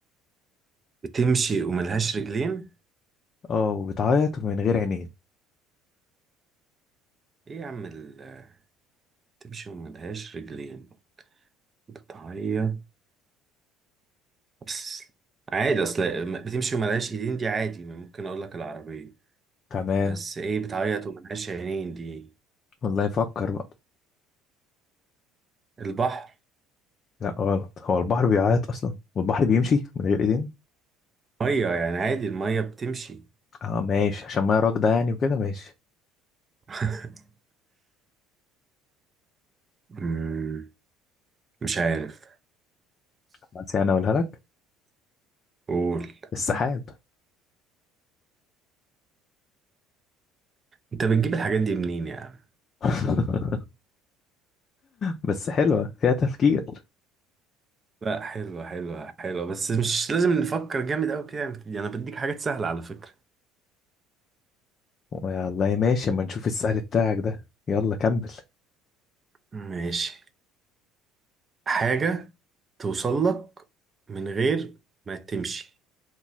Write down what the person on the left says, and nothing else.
اه وبتعيط ومن غير عينين
تمام
والله يفكر بقى
لا غلط هو البحر بيعيط اصلا والبحر بيمشي من غير ايدين
اه ماشي عشان ما راكده يعني وكده ماشي
بس يعني اقولها لك
السحاب
<laughs> بس حلوه فيها تفكير
والله ماشي اما نشوف السهل بتاعك ده يلا كمل